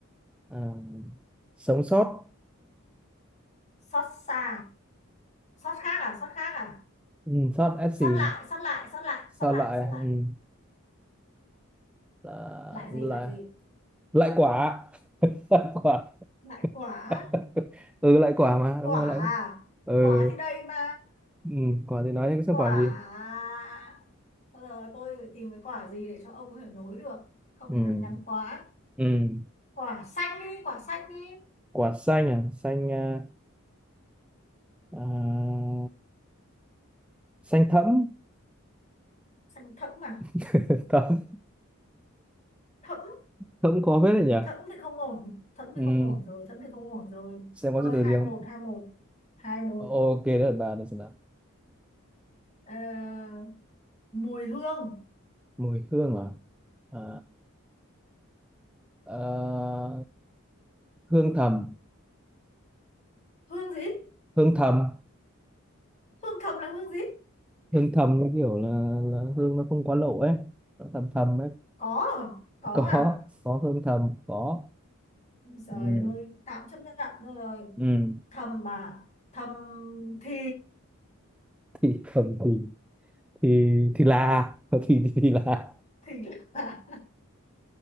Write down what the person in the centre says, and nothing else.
à sống sót
ừ, sót
s gì
sao
lại
ừ, là,
là
lại quả <laughs> lại quả
<laughs> ừ lại quả mà
đúng rồi lại
ừ,
ừ quả thì nói cái sao
quả gì
ừ,
ừ
quả xanh à xanh à, à, xanh thẫm
<laughs> thẫm
thẫm khó phết đấy nhỉ
Ừ,
xem có
gì từ
riêng
ok đấy là bà được xem nào
mùi hương à, à, à hương thầm
hương thầm
hương thầm như kiểu là, là hương nó không quá lộ ấy Nó thầm thầm ấy
có
có hương thầm có
ừ,
ừ.
thì thầm thì thì thì là thì thì, thì là